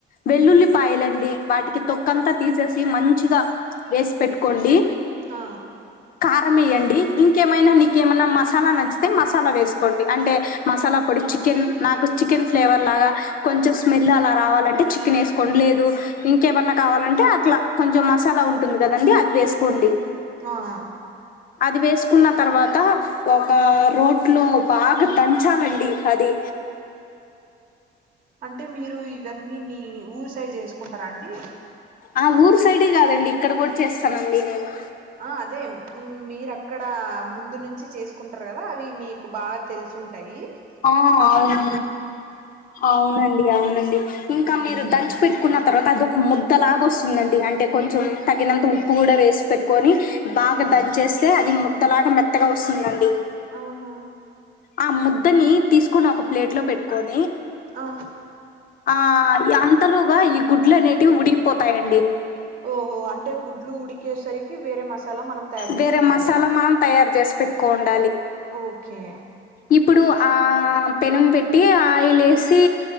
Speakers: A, on the left; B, on the right.
A: వెల్లుల్లిపాయలండి వాటికి తొక్కంతా తీసేసి మంచిగా వేస్ పెట్టుకోండి.
B: ఆ
A: కారం ఏయండి ఇంకేమైనా నీకేమన్నా మసాలా నచ్ తే మసాలా వేసుకోండి అంటే మసాలా పొడి చి చికెన్ నాకు చికెన్ ఫ్లేవర్లాగా కొంచెం స్మెల్ అలా రావాలంటే చికెన్ వేసుకోండి లేదు ఇంకేమన్నా కావాలంటే అట్లా కొంచెం మసాలా ఉంటుంది కదండి అది వేసుకోండి.
B: హాఆ
A: అది వేసుకున్న తర్వాత ఒక రోట్లో బాగా దంచాలండి అది
B: అంటే మీరు ఇవన్నీ మీ ఊరు సైడ్ చేసుకుంటారా అండి.
A: ఆ ఊరు సైడే గాదండి ఇక్కడ కూడా చేస్తానండి నేను
B: ఆ అదే మీరు అక్కడ ముందు నుంచి చేసుకుంటారు గదా అవి మీకు బాగా తెలుసు ఉంటాయి.
A: ఆ అవును, అవునండి అవునండి. ఇంకా
B: ఉమ్.
A: మీరు దంచి పెట్టుకున్న తర్వాత అదొ ముద్ద లాగా వస్తుందండి, అంటే కొంచెం తగినంత ఉప్పు కూడా వేసి పెట్టుకొని బాగా
B: ఉమ్.
A: దంచేస్తే అది ముద్దలాగా మెత్తగా వసుందండి.
B: ఆహా
A: ఆ ముద్దని తీసుకోని ఒక ప్లేట్ లో పెట్టుకొని
B: ఆ
A: ఆ యాఅంతలోగా ఈ గుడ్లు అనేటివి ఉడిగిపోతాయండి.
B: ఓహో అంటే గుడ్లు ఉడికేసరికి వేరే మసాలా మనం తయారు
A: వేరే
B: చేసుకోవాలి
A: మసాలా మనం తయారు జేస్ పెట్టుకో ఉండాలి.
B: ఓకే
A: ఇప్పుడు ఆ పెనం పెట్టి ఆయిల్ ఏసి